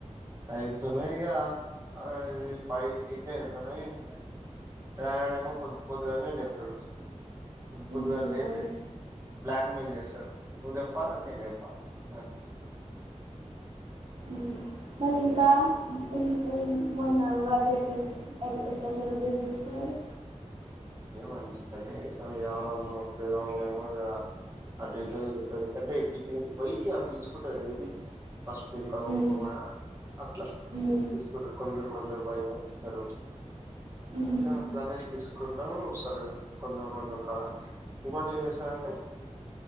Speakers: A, on the right (about 20°); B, on the right (about 50°).
A: ఇయితుననై ఇగ <unintelligible> మా డాడీ ఏమో పొద్దు పొద్దు గాలనే లేప్తడు ద్దు పొద్దుగాల
B: ఉహు
A: లేపి
B: అవును
A: బ్లాక్ మెయిల్ చేస్తాడు నువ్వు తెంపాల నేను తెం సరే
B: ఉమ్ మళ్ళీ ఇంకా ఉ ఎన్ ఎన్ మొన్న ఉగాది ఎట్లా ఎల్ ఎట్లా సెలబ్రేట్ చేసుకున్నారు
A: మేము మంచిగానే చేసినం ఇగ మా పెద్దమమ్మి ఏమో ఇగ అటు ఇటు తిరుగుతది అంటే ఇంటింటికి పోయి అవి తీసుకుంటది ఏది పసు ఇంకా కుంకుమ
B: ఉమ్
A: అట్లా
B: ఉమ్
A: తీసుకుంటరు కొందరు కొందరు పైసలు ఇస్తరు
B: ఉహు
A: ఇగ అట్లనే తీసుకుం ఎప్పుడో వస్తరిగా కొందరు కొందరు కాడా ఇంకోటి ఏం చేస్తారాంటే